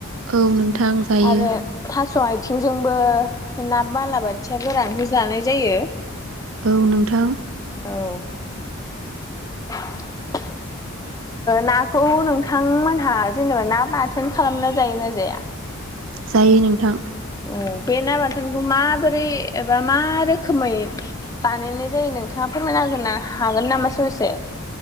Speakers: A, on the right (about 65°); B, on the left (about 15°).
A: औ नोंथां जायो
B: आरो थास' आथिंजों बो ना बालाबाथिया गोरानखौ जानाय जायो
A: औ नोंथां
B: औ <unintelligible> नाखौ नोंथांमोनहा जेनेबा ना बाथोन खालामना जायो ना जाया
A: जायो नोंथां
B: औ बे ना बाथोनखौ माबोरै एबा मा रोखोमै बानायनाय जायो नोंथाङा फोरमायना हागोन ना हागोन नामा ससे